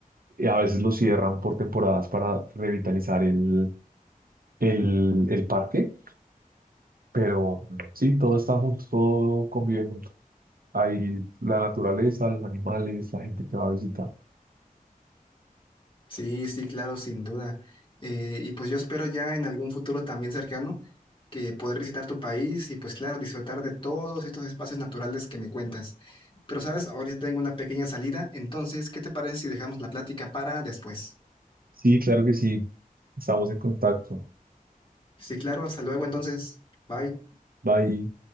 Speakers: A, on the right (about 80°); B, on the left (about 35°).
A: y a veces lo cierran por temporadas para revitalizar el, el, el parque, pero sí, todo está junto, todo convive junto. Hay la naturaleza, los animales, la gente que va a visitar.
B: Sí, sí, claro, sin duda. Eh, y pues yo espero ya en algún futuro también cercano que poder visitar tu país y pues claro, disfrutar de todos estos espacios naturales que me cuentas. Pero sabes, ahorita tengo una pequeña salida, entonces, ¿qué te parece si dejamos la plática para después?
A: Sí, claro que sí. Estamos en contacto.
B: Sí, claro, hasta luego entonces. Bye.
A: Bye.